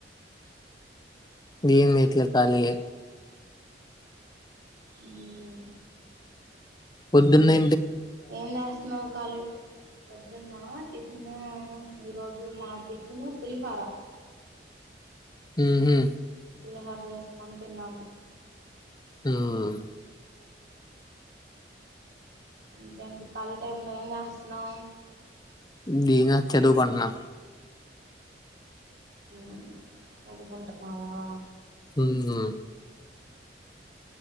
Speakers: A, on the left; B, on the right.
A: దీన్ ట్ల కాలియే
B: హ్మ్
A: పొద్దున్నే
B: ఏం చేస్తున్నావ్ ఖాళీ పొద్దున్న టిఫిన్ ఈరోజు మా టిఫిన్ పులిహార
A: ఊహూ
B: పులిహార చేసుకొని తిన్నాము
A: హ్మ్
B: ఇంకేంటి ఖాళీ టైంలో ఏం చేస్తున్నావు
A: దీనా చదువుకుంటున్నా
B: మ్ అది పంటన్నావా
A: మ్ హ